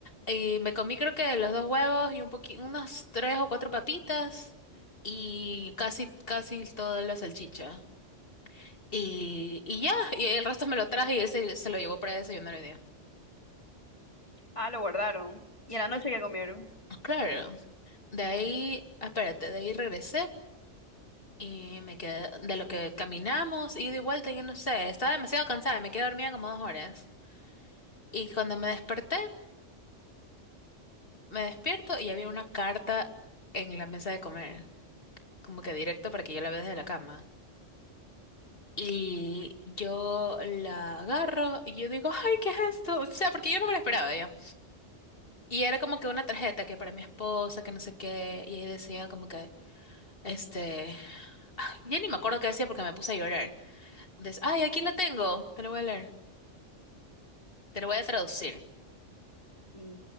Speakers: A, on the left; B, on the left.
A: y me comí creo que los dos huevos y un poqui, unas tres o cuatro papitas y casi, casi toda la salchicha. Y, y ya, y el resto me lo traje y él se, se lo llevó para desayunar hoy día.
B: ah, lo guardaron. ¿Y en la noche
A: Cl-
B: qué comieron?
A: Claro, de ahí, espérate, de ahí regresé. Y me quedé, de lo que caminamos, ida y de vuelta, yo no sé, estaba demasiado cansada, y me quedé dormida como dos horas. Y cuando me desperté, me despierto y había una carta en la mesa de comer, como que directo para que yo la vea desde la cama. Y yo la agarro y yo digo, ay, ¿qué es esto? O sea, porque yo no me la esperaba ya. Y era como que una tarjeta que para mi esposa, que no sé qué, y ahí decía como que, este, <sighs> ah, ya ni me acuerdo qué decía porque me puse a llorar. Entonces, ay, aquí la tengo, te lo voy a leer, te lo voy a traducir.
B: Mm,